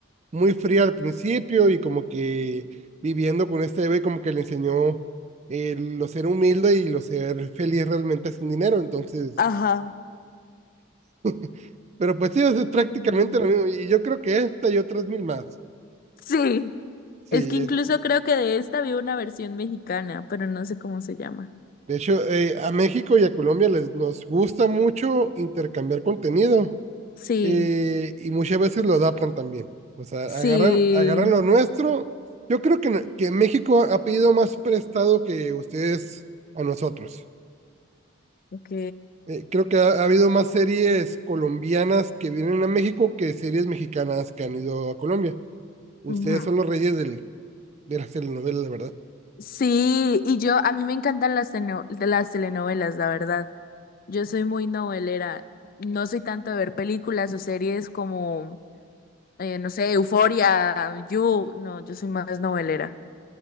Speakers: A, on the right (about 35°); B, on the left (about 45°).
A: muy fría al principio y como que viviendo con este bebé como que le enseñó eh, lo ser humilde y lo ser feliz realmente sin dinero, entonces,
B: Ajá.
A: <laughs> pero pues sí, eso es prácticamente
B: Mm,
A: lo mismo y yo creo que esta y otras mil más.
B: sí.
A: Sí,
B: Es que incluso
A: es,
B: creo que de esta había una versión mexicana, pero no sé cómo se llama.
A: De hecho, eh, a México y a Colombia les, nos gusta mucho intercambiar contenido
B: Sí,
A: eh, y muchas veces lo adaptan también. O sea,
B: sí.
A: agarran, agarran lo nuestro. Yo creo que, n- que México ha pedido más prestado que ustedes a nosotros.
B: Ok.
A: Eh, creo que ha, ha habido más series colombianas que vienen a México que series mexicanas que han ido a Colombia. Ustedes
B: Ujú.
A: son los reyes del, de las telenovelas, de verdad.
B: Sí, y yo, a mí me encantan las, teno- de las telenovelas, la verdad. Yo soy muy novelera. No soy tanto de ver películas o series como, eh, no sé, Euforia, You. No, yo soy más novelera.